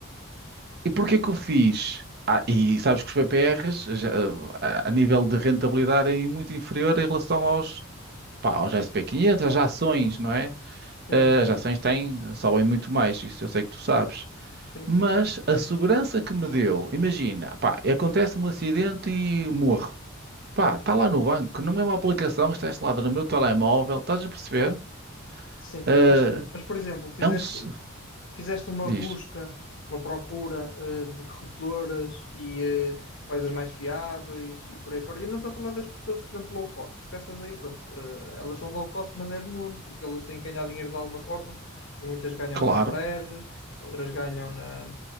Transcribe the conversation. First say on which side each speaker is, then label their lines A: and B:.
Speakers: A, on the right; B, on the left.
A: E porquê que eu fiz? Ah, e sabes que os PPRs, já, ah, a nível de rentabilidade, é muito inferior em relação aos, Pá, os SP500, as ações, não é?
B: Sim,
A: Eh,
B: sim.
A: As ações têm, sobem muito mais, isso eu sei que tu sabes.
B: Sim,
A: Mas
B: sim.
A: a segurança que me deu, imagina, pá, acontece-me um acidente e morro. Pá, está lá no banco, que não é uma aplicação, está instalada no meu telemóvel, estás a perceber?
B: Sim.
A: Eh,
B: Mas, mas por exemplo, fizeste.
A: é um. s-
B: Fizeste uma busca,
A: Diz,
B: uma procura, eh, de corretoras e eh, quais as mais fiáveis e por aí fora. E eu não estou a falar das corretoras, por exemplo, low cost, porque essas aí, pronto, eh, elas são low cost, mas é de nome, porque elas têm que ganhar dinheiro de alguma forma e muitas ganham
A: claro.
B: no spread, outras ganham na,